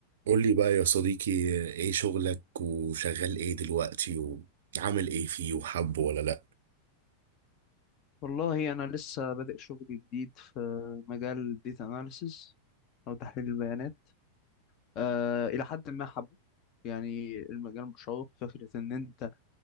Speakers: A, on the right; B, on the left.
A: قول لي بقى يا صديقي ايه شغلك وشغال ايه دلوقتي وعامل ايه فيه وحبه ولا لا
B: والله انا لسه بادئ شغل جديد في مجال داتا اناليسز او تحليل البيانات أه الى حد ما حبه يعني المجال مشوق فكره ان انت